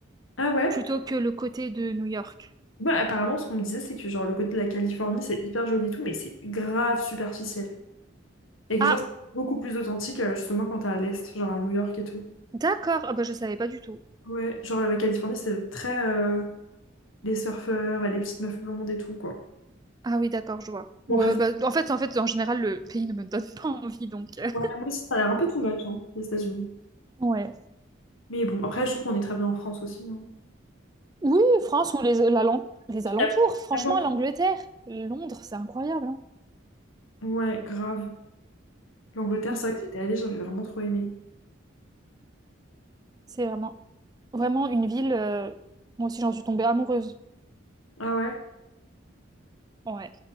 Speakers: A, on the left (about 80°); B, on the right (about 20°).
A: Ah ouais?
B: plutôt que le côté de New York.
A: Bah, apparemment, ce qu'on me disait, c'est que genre le côté de la Californie, c'est hyper joli et tout, mais c'est grave superficiel. Et que
B: Ah,
A: genre, c'est beaucoup plus authentique, euh, justement, quand t'es à l'Est, genre à New York et tout.
B: d'accord. Ah bah je savais pas du tout.
A: Ouais, genre la Californie, c'est très euh, les surfeurs et les petites meufs blondes et tout, quoi.
B: Ah oui, d'accord, je vois.
A: Bon,
B: Ouais,
A: après, ça-
B: bah, en fait, en fait, en général, le pays ne me donne <laughs> pas envie, donc. euh.
A: ouais, moi aussi, ça a l'air un peu too much, hein, les États-Unis.
B: Ouais.
A: Mais bon, après, je trouve qu'on est très bien en France aussi. hein.
B: Oui, France ou les, la lan- les
A: Puis,
B: alentours,
A: y a
B: franchement,
A: rien à voir.
B: l'Angleterre, Londres, c'est incroyable. hein.
A: Ouais, grave. L'Angleterre,
B: Mm.
A: c'est vrai que j'étais allée, j'avais vraiment trop aimé.
B: C'est vraiment, vraiment une ville. euh, moi aussi, j'en suis tombée amoureuse.
A: Ah ouais?
B: Ouais.